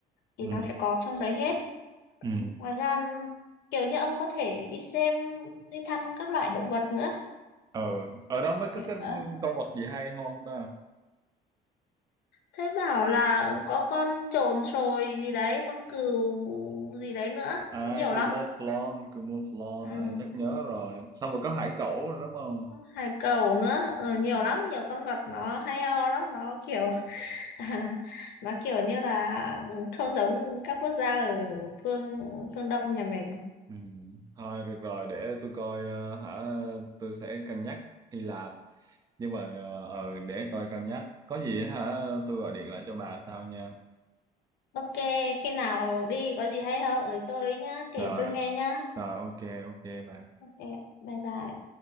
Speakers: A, on the left (about 75°); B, on the right (about 20°).
A: thì
B: Ừ.
A: nó sẽ có trong đấy hết.
B: Ừ.
A: Ngoài ra kiểu như ông có thể đi xem đi thăm các loại động vật nữa.
B: Ờ. ở đó mới có cái
A: Ờ,
B: con vật gì hay ho không ta
A: Thế bảo là có con chồn sồi gì đấy, con cừu gì đấy nữa,
B: à
A: nhiều
B: Cumoflon
A: lắm.
B: Cumoflon
A: Ừ.
B: ờ, chắc nhớ rồi xong rồi có hải cẩu rồi đúng không
A: Hải cẩu nữa, ừ, nhiều
B: ừ.
A: lắm, nhiều con vật nó hay ho lắm, nó kiểu <laughs> À, nó kiểu như là ừ, không giống các quốc gia ở phương phương Đông nhà mình.
B: Ừ. Thôi được rồi để tôi coi ờ, hả tôi sẽ cân nhắc Hy Lạp nhưng mà ờ, ờ, để coi cân nhắc có gì hả tôi gọi điện lại cho bà sau nha
A: Ok, khi nào đi có gì hay ho ở tôi nhá, kể
B: rồi
A: tôi nghe nhá.
B: rồi ok ok bà
A: Ok, bye bye.